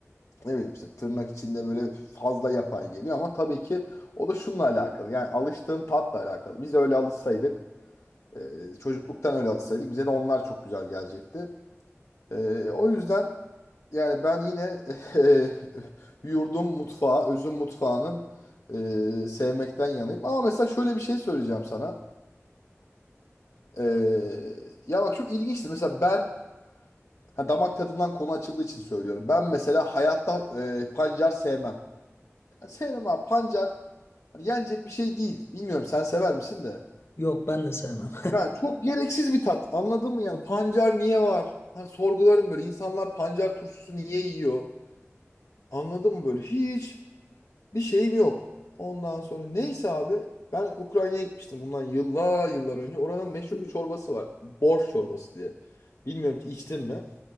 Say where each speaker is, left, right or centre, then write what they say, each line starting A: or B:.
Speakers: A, on the left; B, on the left.
A: ne bileyim işte tırnak içinde böyle fazla yapay geliyor ama tabii ki o da şununla alakalı. Yani alıştığın tatla alakalı. Biz öyle alışsaydık, e, çocukluktan öyle alışsaydık bize de onlar çok güzel gelecekti. E, o yüzden yani ben yine <laughs> e, yurdum mutfağı, özüm mutfağının e, sevmekten yanayım. Ama mesela şöyle bir şey söyleyeceğim sana. Ee, ya bak çok ilginçtir. Mesela ben ha, damak tadından konu açıldığı için söylüyorum. Ben mesela hayatta e, pancar sevmem. Yani sevmem abi pancar hani yenecek bir şey değil. Bilmiyorum sen sever misin de.
B: Yok ben de sevmem.
A: Yani çok gereksiz bir tat. Anladın mı yani pancar niye var? Hani sorgularım böyle insanlar pancar turşusu niye yiyor? Anladın mı böyle? Hiç bir şeyim yok. Ondan sonra neyse abi ben Ukrayna'ya gitmiştim bundan yıllar yıllar önce. Oranın meşhur bir çorbası var. Borş çorbası diye. Bilmiyorum ki içtin mi?